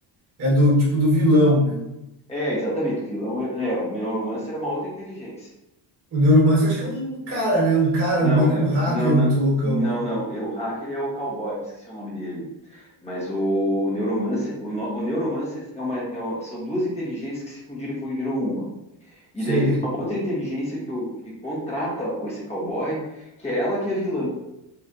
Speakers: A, on the right; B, on the left.
A: É do, tipo, do vilão, né?
B: É, exatamente, o vilão é, é, o Neuromancer é uma outra inteligência.
A: O Neuromancer acho que é um cara, né? Um cara,
B: Não,
A: um, meio que
B: é-
A: um hacker
B: não, não,
A: muito loucão,
B: não,
A: né?
B: não, é, o hacker é o cowboy, me esqueci o nome dele. Mas o Neuromancer, o, no- o Neuromancer é uma, é uma- são duas inteligências que se fundiram e viram uma. E
A: Sei.
B: daí tem uma outra inteligência que, o, que contrata esse cowboy, que é ela que é vilã.